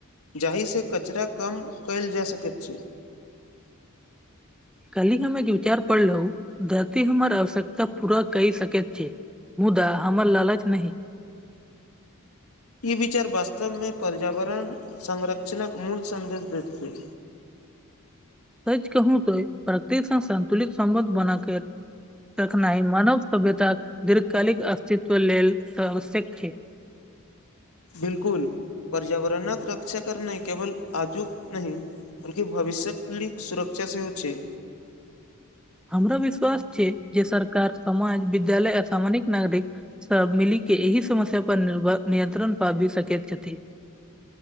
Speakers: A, on the left; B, in the centre.
A: जाहिसँ कचरा कम कयल जा सकैत छै।
B: कल्हि हमे एक विचार पढलू धरती हमर आवश्यकता पूरा कै सकै छै मुदा हमर लालच नहि
A: ई विचार वास्तवमे पर्यावरण संरक्षणक मूल सन्देश देतै छै
B: सच कहू तऽ सँ संन्तुलित संबंध बनाके रखनाइ मानव सभ्यता दीर्घकालिक अस्तित्व लेल आवश्यक छै '
A: बिल्कुल पर्यावरणक रक्षा करनाइ केवल आजुक नहि भविष्यक सुरक्षा सेहो छै
B: हमर विश्वास छै जे सरकार समाज विद्यालय अ सामाजिक नागरिक। सब मिली के एहि समस्य पर नि नियन्त्रण पाबी सकैत छथि